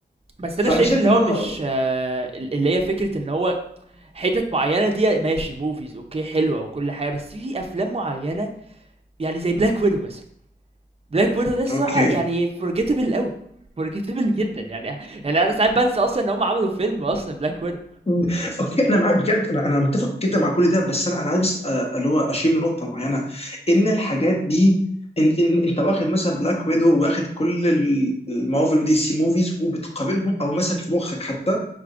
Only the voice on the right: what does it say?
بس
انا شايف
اللي
هو
مش اللي هي فكره ان هو حتت معينه دي ماشي موفيز اوكي حلوه وكل حاجه بس في افلام معينه يعني زي بلاك ويدو مثلا بلاك ويدو ده الصراحه
يعني فورجيتبل قوي فورجيتبل جدا يعني يعني انا ساعات بنسى اصلا ان هم عملوا فيلم اصلا بلاك ويدو